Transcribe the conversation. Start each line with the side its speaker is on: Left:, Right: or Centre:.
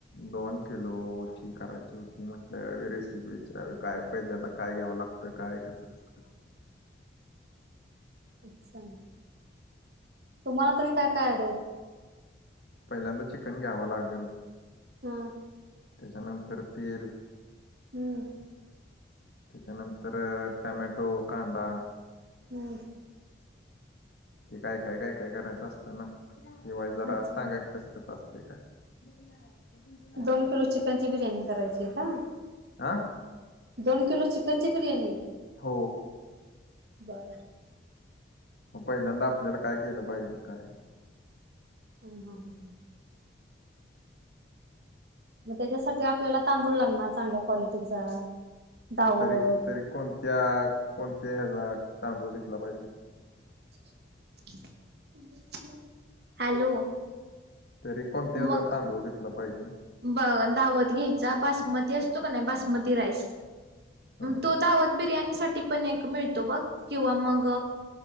Left: दोन किलो ची करायची होती म्हटलं रेसिपी विचारावी काय पहिल्यांदा काय घ्यावं लागतं. तर काय कसं कसं?
Right: अच्छा! तुम्हाला तरी काय काय अडल
Left: पहिल्यांदा चिकन घ्यावं लागेल.
Right: हा
Left: त्याच्यानंतर तेल
Right: हम्म
Left: त्याच्यानंतर टोमॅटो, कांदा
Right: हम्
Left: ते काय काय काय काय करायचं असतं ना वाइस जरा
Right: अच्छा
Left: सांगा की <unintelligible> कसं कसं असत काय ते? दही, ला लिंबू
Right: दोन किलो चिकन ची बिर्याणी करायची का?
Left: आ..
Right: दोन किलो चिकन ची बिर्याणी.
Left: हो
Right: बरं..
Left: मग पहिल्यांदा आपल्याला काय केलं पाहिजे काय?
Right: हमं हमं मग त्याच्यासाठी आपल्याला तांदूळ लागणार चांगल्या क्वालिटीचा. दावत
Left: तरी तरी कोणत्या कोणत्या हेचा तांदूळ घेतला पाहिजे.
Right: <inaudible> <unintelligible> हॅलो!
Left: तरी कोणत्या
Right: मग
Left: हयाचा तांदूळ घेतला पाहिजे?
Right: ब दावत घ्यायचा बासमती असतो का नाही बासमती राईस.
Left: हम्म
Right: तो दावत बिर्याणी साठी पण एक मिळतो बघ किंवा मग